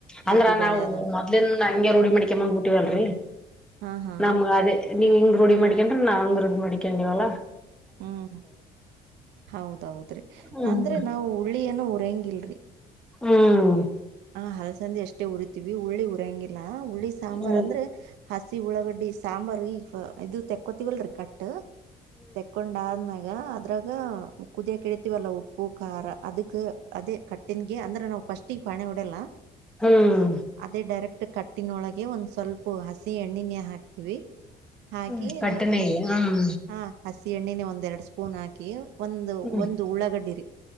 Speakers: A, in the centre; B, on the right (about 85°).
A: ಅಂದ್ರ
B: ಗಟ್ಟಿ ಬ್ಯಾಳೆದಂಗ
A: ನಾವು ಹಂಗೆ ರೂಢಿ ಮಕಂದ್ ಬಿಟ್ಟವಲ್ರರಿ
B: ಹಾ ಹಾ
A: ನಮ್ ಅದೇ ನೀ ಹಂಗ ರೂಢಿ ಮಾಡಕೊಂಡ್ರ ನಾವು ಹಂಗ ರೂಢಿ ಮಾಡಕೊಂಡಿವವಲ್ಲ
B: ಹ್ಮ್ ಹೌದೌದ್ರಿ
A: ಹ್ಮ್
B: ಅಂದ್ರೆ ನಾವು ಹುಳ್ಳಿಯನ ಉರಂಗಿಲ್ರಿ
A: ಹ್ಮ್
B: ಹ ಹಲ್ಸಂದೆ ಅಷ್ಟೇ ಉರಿತಿವಿ ಹುಳ್ಳಿ ಉರ್ಯಂಗಿಲ್ಲ ಹುಳ್ಳಿ ಸಾಂಬಾರ್
A: ಹ್ಮ್
B: ಅಂದ್ರೆ ಹಸಿ ಉಳ್ಳಾಗಡ್ಡಿ ಸಾಂಬಾರು ಈವ ಇದು ತೆಕ್ಕೋತವಲ್ರರಿ ಕಟ್ ಟ್ಟು ತೆಕ್ಕೊಂಡಾ ಆದ್ಮೇಕ. ಯಾ ಅದ್ರಾಗ ಕುದಿಯ ಕ ಇಡಿತೀವಲ್ಲ ಉಪ್ಪು ಖಾರ ಅದಕ್ ಅದೇ ಕಟ್ಟನ್ಗೆ ಅಂದ್ರೆ ನಾವು ಫಸ್ಟ್ಗ ಪಾಣೆ ಹೊಡೆಲ್ಲ
A: ಹ್ಮ್
B: ಅದೇ ಡೈರೆಕ್ಟ್ ಕಟ್ಟಿನೊಳಗೆ ಒಂದ ಸ್ವಲ್ಪ ಪು ಹಸಿ ಎಣ್ಣಿನ ಹಾಕ್ತವಿ ಹಾಕಿ
A: ಹ್ಮ್ ಕಟ್ಟನೆ
B: ಹು ಹಸ್
A: ಹ್ಮ್
B: ಹ. <unintelligible> ಎಣ್ಣನೆ ಒಂದ ಎರಡು ಸ್ಪೂನ್ ಹಾಕಿ ಒಂದ
A: ಹ್ಮ್
B: ಒಂದ ಉಳ್ಳಾಗಡ್ಡಿ ರಿ